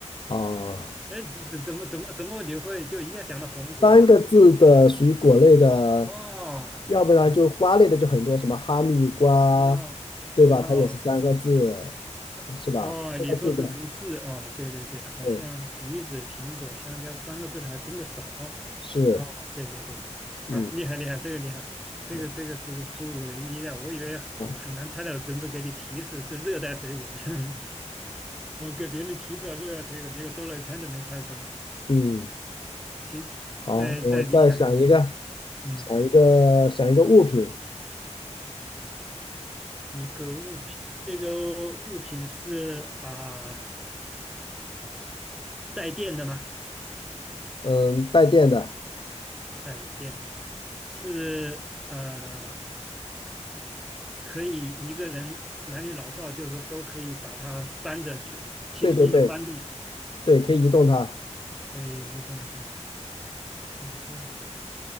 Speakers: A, on the left; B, in the centre.
A: 啊。
B: 哎，怎怎怎么怎么怎么你会就一下想到火龙果嘞？
A: 三个字的属于果类的，
B: 哦，
A: 要不然就瓜类的就很多，
B: 你
A: 什么哈密瓜，
B: 哦哦
A: 对吧？它也是三个字，呃是吧？
B: 哦，
A: 三个字的，
B: 你说是从字哦，对对对，好像橘子、
A: 对，
B: 苹果、香蕉三个字的还真的少哈。
A: 是，
B: 哦，对对对对，啊，
A: 嗯，
B: 厉害厉害，这个厉害，这个这个是出乎意料，
A: 对
B: 我以为很难猜到，
A: 啊
B: 准备给你提示是热带水果的，<laughs> 我给别人提示了热带水果，结果兜了一圈都没猜出来。
A: 嗯，
B: 行，
A: 好，
B: 再再你想一个，
A: 我再想一个，
B: 嗯，
A: 想一个，想一个物品，
B: 一个物品，这个物品是啊、带电的吗？
A: 嗯，带电的，
B: 带电的，是呃可以一个人男女老少就是都可以把它搬着水，轻松的搬动。
A: 对对对对，可以移动它，
B: 可以移动它，带电的，